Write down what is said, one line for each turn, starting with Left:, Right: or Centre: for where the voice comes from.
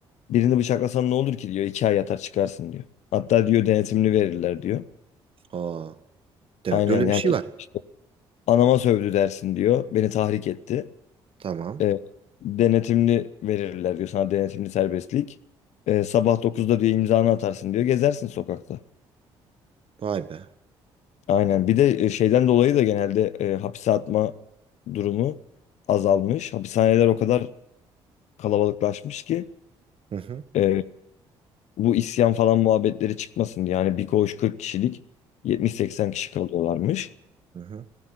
Left: Birini bıçaklasan ne olur ki diyor. iki ay yatar çıkarsın diyor. Hatta diyor denetimini verirler diyor.
Right: Aa, evet
Left: Aynen
Right: böyle
Left: yani
Right: bir şey var.
Left: işte anama sövdü dersin diyor. Beni tahrik etti.
Right: Tamam.
Left: E, denetimli verirler diyor. Sana denetimli serbestlik. E, sabah dokuzda diyor imzanı atarsın diyor. Gezersin sokakta.
Right: Vay be.
Left: Aynen. Bir de e, şeyden dolayı da genelde e, hapise atma durumu azalmış. Hapishaneler o kadar kalabalıklaşmış ki.
Right: Hı hı.
Left: e, bu isyan falan muhabbetleri çıkmasın diye. Yani bir koğuş 40 kişilik 70-80 kişi kalıyorlarmış.
Right: Hı hı.